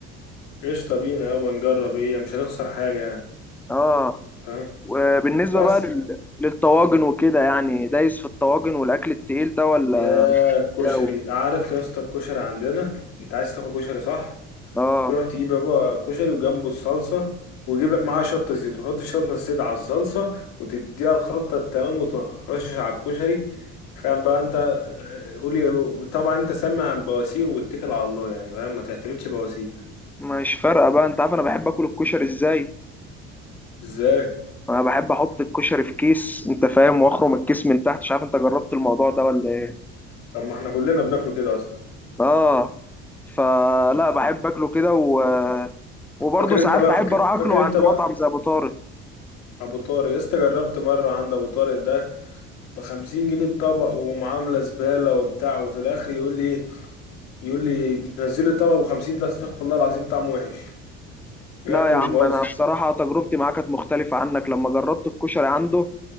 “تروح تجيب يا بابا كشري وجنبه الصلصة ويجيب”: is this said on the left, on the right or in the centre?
Left